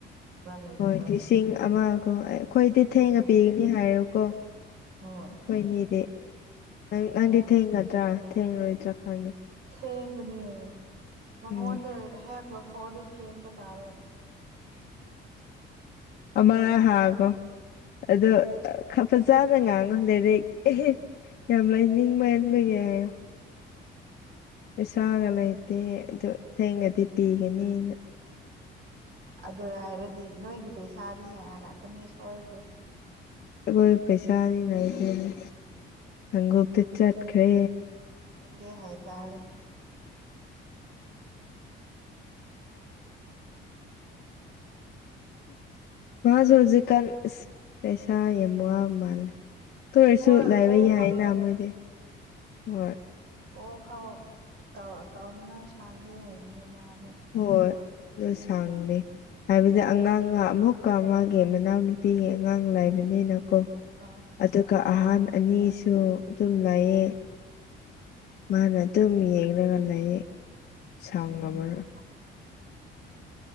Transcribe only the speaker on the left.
ꯍꯣꯏ ꯂꯤꯁꯤꯡ ꯑꯃꯒ ꯑꯩꯈꯣꯏꯗꯤ ꯊꯦꯡꯉ
ꯄꯤꯅꯤ ꯅꯤ ꯍꯥꯏꯔꯣꯀꯣ ꯑꯩꯈꯣꯏꯅꯤꯗꯤ
ꯅꯪ ꯅꯪꯗꯤ
ꯊꯦꯡꯒꯗ꯭ꯔꯥ ꯦꯡꯅ ꯎꯠꯇꯔꯥꯈꯟ
ꯎꯝ
ꯑꯔ ꯍꯥꯏꯒꯣ ꯑꯗꯣ ꯐꯖꯅ ꯉꯥꯡꯉꯣ ꯂꯥꯏꯔꯤꯛ ꯌꯥꯝ ꯂꯩꯥꯏꯅꯤꯡ ꯃꯍꯟꯕꯒꯤ ꯍꯥꯏꯌꯣ ꯄꯩꯁꯥꯒ ꯂꯩꯇꯦ ꯑꯗꯨ ꯊꯦꯡꯉꯗꯤ ꯄꯤꯒꯅꯤꯅ
ꯑꯩꯈꯣꯏ ꯄꯩꯁꯥꯅꯤ ꯅꯥꯏꯗꯦꯅꯦ ꯈꯎꯞꯇ ꯆꯠꯈ꯭ꯔꯦ
ꯃꯥꯁꯨ ꯍꯧꯖꯤꯛꯀꯥꯟ ꯄꯩꯁꯥ ꯌꯥꯝ ꯃꯥꯜꯂꯦ ꯇ ꯑꯣꯏꯔꯁꯨ
ꯂꯥꯏꯕ
ꯌꯥꯏꯌꯦꯅ
ꯃꯣꯏꯗꯤ ꯍꯣꯏ
ꯍꯣꯏ ꯑꯗꯨ ꯁꯥꯡꯅꯦ ꯍꯥꯏꯕꯗꯤ ꯑꯉꯥꯡꯒ ꯑꯃꯨꯛꯀ ꯃꯥꯒꯤ ꯃꯅꯥꯎꯅꯨꯄꯤꯒꯤ ꯑꯉꯥꯡ ꯂꯥꯏꯕꯅꯤꯅꯀꯣ
ꯑꯗꯨꯒ ꯑꯍꯥꯟ ꯑꯅꯤꯁꯨ ꯑꯗꯨꯝ ꯂꯥꯏꯑꯦ ꯃꯥꯅ ꯑꯗꯨꯝ ꯌꯦꯡꯒ ꯂꯩꯌꯦ ꯁꯥꯡꯉꯝꯃꯔꯣꯢ